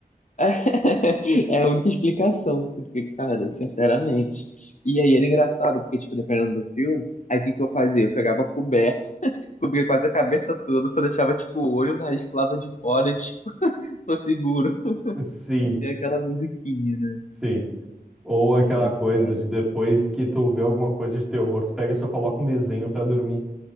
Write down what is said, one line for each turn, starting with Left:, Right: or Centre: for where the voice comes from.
Left: <laughs> É, a única explicação, porque, cara, sinceramente. E aí era engraçado, porque, tipo, dependendo do filme, aí o que que eu fazia? Eu pegava coberto, cobria quase a cabeça toda, só deixava, tipo, o olho, o nariz pro lado de fora, tipo, <laughs> tô seguro.
Centre: Sim,
Left: Tem aquela musiquinha, né?
Centre: sim. Ou aquela
Left: Ai,
Centre: coisa
Left: cara.
Centre: de depois que tu vê alguma coisa de terror, tu pega e só coloca um desenho pra dormir.